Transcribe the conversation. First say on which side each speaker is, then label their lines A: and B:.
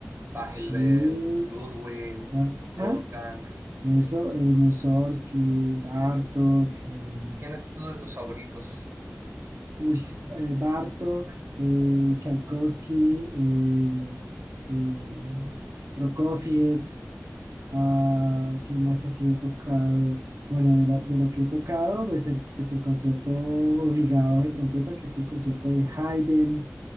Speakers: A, on the right; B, on the right.
A: Pachelbel,
B: Sí,
A: Ludwig,
B: ajá,
A: Wolfgang.
B: eso, eh, Mussorgsky, Bartok, eh,
A: ¿Quién es tú de tus favoritos?
B: Uy, eh, Bartók, eh, Tchaikovsky, eh, eh, Prokofiev, ah, ¿qué más así he tocado? Bueno, de, la- de lo que he tocado, pues el, pues el concierto obligado de trompeta, que es el concierto de Haydn.